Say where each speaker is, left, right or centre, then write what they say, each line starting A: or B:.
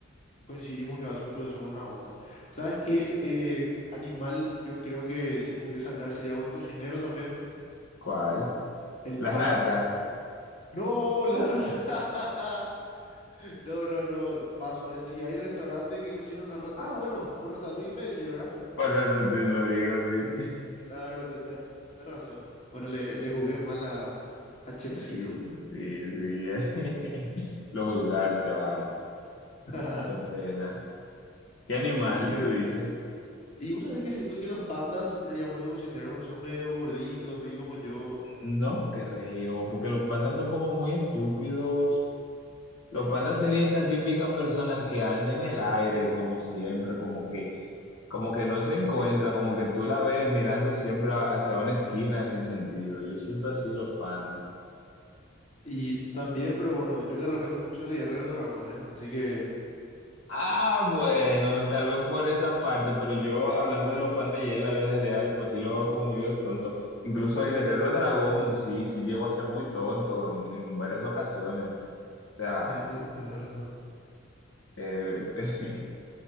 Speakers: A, on the left; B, on the left.
A: coincidimos que va a ser un profesor buena onda. ¿Sabes qué? Eh, animal, yo creo que si pudiese hablar sería buen cocinero también.
B: ¿Cuál?
A: El
B: La
A: panda.
B: rata.
A: No, la rata. <laughs> No, no, no, paso, eh. Si hay restaurantes que cocinan la rata. Ah, bueno, por Ratatouille me decía, ¿verdad?
B: Por rata te lo digo, sí. <laughs>
A: Claro, tenés razón. Bueno, le, le juzgué mal a, a Chefcito.
B: Sí, sí, sí. <laughs> Lo juzgaste, vale.
A: <laughs>
B: Qué pena. ¿Qué animal
A: Pero,
B: tú dices?
A: y vos sabés que siento que los pandas serían buenos cocineros, son medio gorditos, así como yo.
B: No creo, porque los pandas son como muy estúpidos. Los pandas sería esa típica persona que anda en el aire, como siempre, como que, como que no se encuentra, como que tú la ves mirando siempre a- hacia una esquina sin sentido. Yo siento así los pandas.
A: Y también, pero bueno, yo le respeto mucho al guerrero dragón, ¿eh? Así que,
B: Ah, bueno, tal vez por esa parte, pero yo hablando de los pandas y en la vida real, pues sí lo hago como medio tonto. Incluso el guerrero dragón, sí, sí llegó a ser muy tonto en en varias ocasiones. sea,
A: eh, te- tenés razón.
B: eh, <laughs>